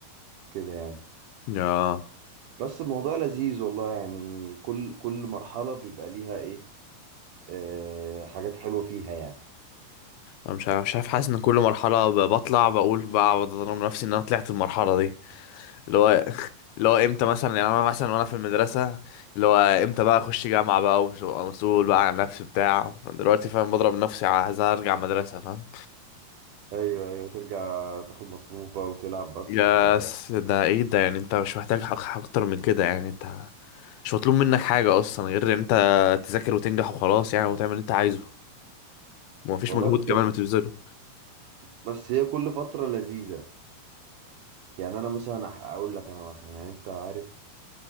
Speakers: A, on the right; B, on the left.
A: يعني
B: يا
A: بس الموضوع لذيذ والله يعني كل كل مرحلة بيبقى ليها ايه آه حاجات حلوة فيها يعني
B: انا مش عارف مش عارف حاسس ان كل مرحله ب- بطلع بقول بقعد اضرب نفسي ان انا طلعت المرحله دي اللي هو اللي هو امتى مثلا يعني انا مثلا وانا في المدرسه اللي هو امتى بقى اخش جامعه بقى ومسؤول بقى عن نفسي بتاع دلوقتي فاهم بضرب نفسي عايز ارجع مدرسه فاهم
A: ايوه ايوه ترجع تاخد مصروف بقى وتلعب بس
B: يا
A: وبتاع
B: س- ده ايه ده يعني انت مش محتاج حق اكتر من كده يعني انت مش مطلوب منك حاجة اصلا غير ان انت تذاكر وتنجح وخلاص يعني وتعمل اللي انت عايزه ومفيش
A: والله
B: مجهود
A: بص
B: كمان ما تبذله
A: بس هي كل فترة لذيذة يعني انا مثلا أح- اقول لك انا مثلا يعني انت عارف